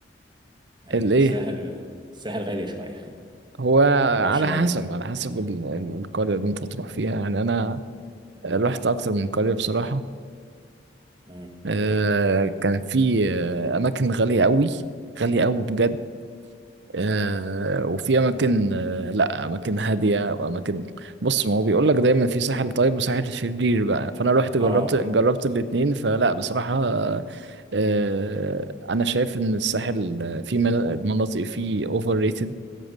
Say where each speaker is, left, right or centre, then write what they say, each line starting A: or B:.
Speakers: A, on the right; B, on the right.
A: يعني
B: الإيه
A: الساحل الساحل غالي شويه
B: هو
A: <laughs> بتاع
B: على
A: الشمالي
B: حسب على حسب ال- ال- القرية اللي أنت هتروح فيها يعني أنا رحت أكتر من قرية بصراحة
A: مم.
B: آه، كان في آه، أماكن غالية قوي غالية قوي بجد آه، وفي اماكن آه، لا اماكن هاديه واماكن بص ما هو بيقول لك دايما في ساحل طيب وساحل شرير بقى فانا رحت جربت
A: اه
B: جربت الاتنين فلا بصراحه آه، انا شايف ان الساحل في من- مناطق فيه اوفر ريتد